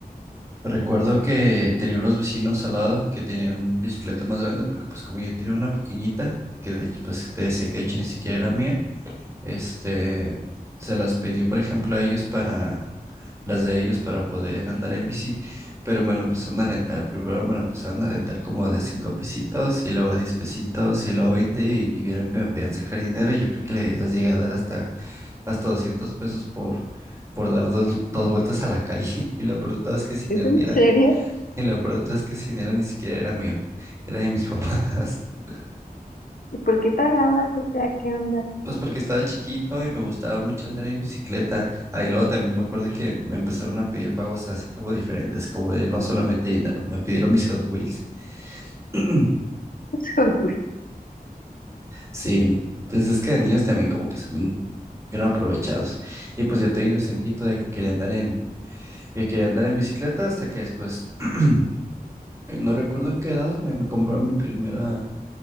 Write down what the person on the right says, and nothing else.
Recuerdo que tenía unos vecinos al lado que tenían bicicleta más grande, porque pues como yo tenía una pequeñita, que de hecho pues te decía que de hecho ni siquiera era mía, este, se las pedí por ejemplo a ellos para, las de ellos para poder andar en bici, pero me la empezaron a rentar, primero me la empezaron a rentar como de cinco pesitos y luego 10 pesitos y luego 20 y, y vieron que me podían sacar dinero y yo creo que le- les llegué a dar hasta, hasta 200 pesos por por dar dos, dos vueltas a la calle. <laughs> Y lo peor de todo es que sin
dinero
y lo peor es que ese dinero ni siquiera era mío, era de mis papás. <laughs>
Pues porque estaba chiquito y me gustaba mucho andar en bicicleta. Ahí luego también me acuerdo que me empezaron a pedir pagos así como diferentes, como de no solamente dinero, me pidieron mis Hot Wheels. <clears throat>
Sí, pues es que de niños también como que son bien, bien aprovechados. Y pues yo tenía inocentito de que quería andar en, que quería andar en bicicleta hasta que después, <clears throat> no recuerdo en qué edad, me, me compró mi primera